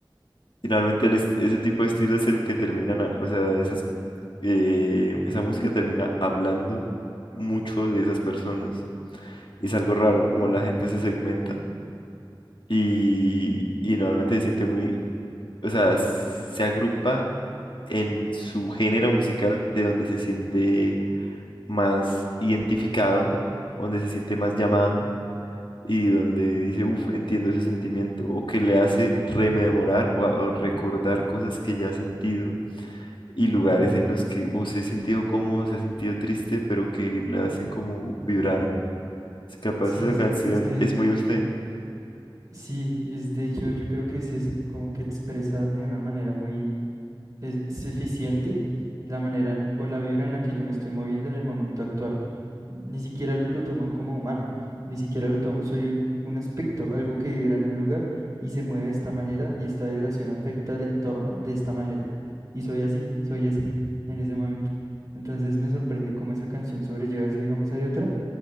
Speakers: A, on the left; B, on the right.
A: Finalmente el est- ese tipo de estilo es el que terminan, a- o sea, esas, eh, esa música termina hablando mucho de esas personas. Y es algo raro,
B: entiendo,
A: como la gente se segmenta y, y normalmente se siente muy, o sea, se agrupa en su género musical de donde se siente más identificado, donde se siente más llamado y donde dice, uff, entiendo ese sentimiento, o que le hace rememorar o, a- o recordar cosas que ya ha sentido y lugares
B: claro.
A: en los que o se ha sentido cómodo, se ha sentido triste, pero que le hacen como vibrar. Es capaz
B: Sí,
A: esa
B: exacto,
A: canción
B: es que
A: es muy usted.
B: Sí, es de hecho, yo creo que es eso, como que expresa de una manera muy es, es eficiente la manera en- o la vibra en la que yo me estoy moviendo en el momento actual. Ni siquiera lo tomo como humano, ni siquiera lo tomo, soy un, un aspecto, algo que vibra en un lugar y se mueve de esta manera y esta vibración afecta al entorno de esta manera. Y soy así, soy eso en ese momento. Entonces me sorprende cómo esa canción sobrelleva eso, digamos, hay otra